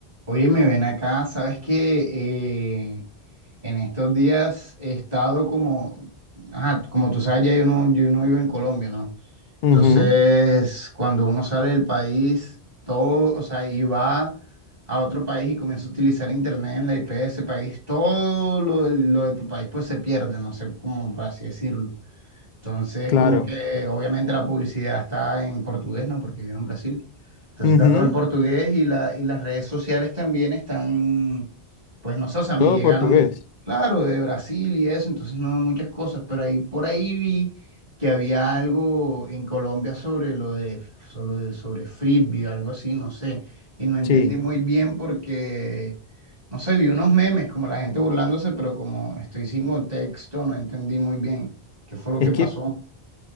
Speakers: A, on the right; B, on the left.
A: Oye, me ven acá, sabes que eh, en estos días he estado como, ajá, como tú sabes, ya yo no, yo no vivo en Colombia, ¿no? Ujú. Entonces,
B: Ujú,
A: cuando uno sale del país, todo, o sea, y va a otro país y comienza a utilizar internet en la IP de ese país, todo lo, de- lo de tu país pues se pierde, no sé cómo por así decirlo. Entonces,
B: claro.
A: como que obviamente la publicidad está en portugués, ¿no? Porque vivo en Brasil. Entonces
B: Ujú,
A: está todo en portugués y, la, y las redes sociales también están, pues no sé, o sea, me
B: todo
A: llegaron,
B: portugués.
A: claro, de Brasil y eso, entonces no muchas cosas, pero ahí por ahí vi que había algo en Colombia sobre lo de, sobre, sobre Frisbee, algo así, no sé, y no entendí
B: Sí.
A: muy bien porque, no sé, vi unos memes, como la gente burlándose, pero como estoy sin contexto, no entendí muy bien. ¿Qué fue lo
B: Es
A: que pasó?
B: que